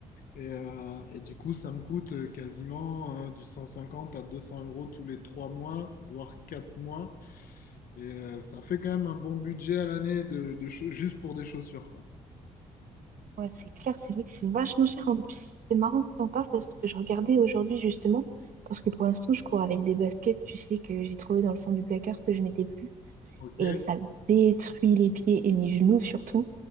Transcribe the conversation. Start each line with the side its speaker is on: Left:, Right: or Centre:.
Left: Et, euh, et du coup, ça me coûte euh, quasiment euh, du 150 à 200 euros tous les 3 mois, voire 4 mois. Et euh, ça fait quand même un bon budget à l'année de, de cha- juste pour des chaussures, quoi.
Right: Ouais, c'est clair, c'est vrai que c'est vachement cher. En plus, c'est marrant que t'en parles parce que je regardais aujourd'hui justement, parce que pour l'instant, je cours avec des baskets, tu sais, que j'ai trouvé dans le fond du placard que je mettais plus.
Left: Ok.
Right: et ça détruit les pieds et mes genoux surtout.